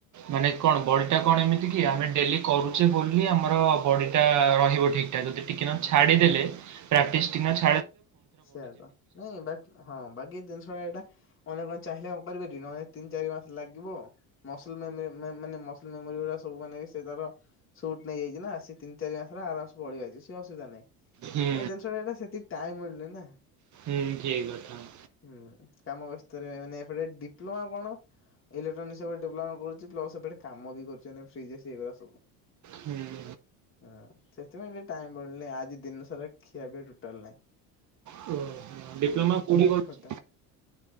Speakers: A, on the right; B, on the left.
A: ମାନେ କଣ ବଡି ଟା କଣ ଏମିତି କି ଆମେ ଡେ- ଡେଲି କରୁଚେ ବୋଲି ଆମର ବଡି ଟା ରହିବ ଠିକ ଠିକା ଯଦି ଟିକେ ନାକୁ
B: ହୁଁ
A: ଛାଡିଦେଲେ ପ୍ରେକ୍ଟିସ ଟିନା ଚେ
B: ସେଆତ ନାଇଁ ବାକି ହଁ ବାକି ଦିନଷ ତ ଏଟା ଜଣେ ଚାହିଁଲେ କଣ କରିପାରିବ ଜଣେ ତିନି ଚାରି ମାସ ଲାଗିବ ମସୁରି ମିୟାମ୍ ମାନେ ମାନେ ମସଲ୍ ମେମୋରି ଗୁରା ସବୁ ମାନେ ସେ ତାର ସୁଟ୍ ନେଇଯାଇଚି ନା ସେ ତିନ ଚାର ମାସ ହେଲା ଆରାସବୁ ଅଳୀଆ ହୋଇଛି ଯାଇଚି ସିଏ ଅସୁବିଧା ନାହିଁ।
A: ହୁଁ
B: ଭାଇ ଜିନିଷ ଟାଏଟା ସେଠୀ ସେତିକି ଟାଇମି ମିଳୁନି ନା।
A: ସେବି ଠିକି ଅଛନ୍ତି।
B: ହୁଁ କାମ ବ୍ୟସ୍ତରେ ମାନେ ଏପଟେ ଡିପ୍ଲୋମା କଣ? ଇଲେକ୍ଟ୍ରୋନି ସେ ପଟେ ଡିପ୍ଲୋମା କରୁଚି ପ୍ଲସ ଏପଟେ କାମ ବି କରିଚି ମାନେ ଫ୍ରି ଯେ ସେଇ ଭଳିଆ ସବୁ।
A: ହୁଁ ହୁଁ
B: ହଁ ସେଥିପାଇଁ ଟିକେ ଟାଇମି ମିଳୁନି ଆଜି ଦିନ ସାରା ଖିଆ ପିଆ ଟୋଟାଲେ ନାହିଁ।
A: ହୁଁ ଓହୋ ଡିପ୍ଲୋମା
B: ଏଇ ଭାତଡାଲି
A: କୋଉଠି କରୁଛୁ
B: ଖଟା।